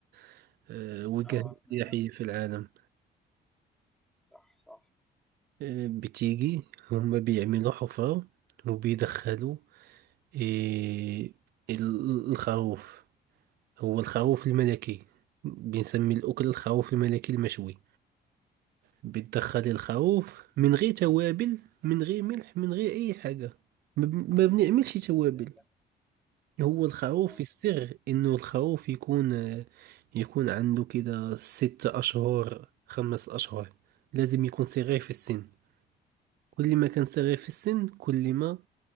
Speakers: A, on the right; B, in the centre.
A: آه، وجهات
B: اه آه، سمعت
A: سياحية
B: عنها
A: في العالم
B: صح صح
A: آه، بتيجي هم بيعملوا حفار وبيدخلوا آه، ال- الخروف هو الخروف الملكي بنسمي الأكل الخروف الملكي المشوي بتدخل الخروف من غير توابل من غير ملح من غير أي حاجة ما بن- ما بنعملش توابل
B: ازاي بس
A: هو الخروف
B: اه
A: السر انه الخروف يكون يكون عنده كده ست اشهر خمس اشهر لازم يكون صغير في السن كل ما كان صغير في السن كل ما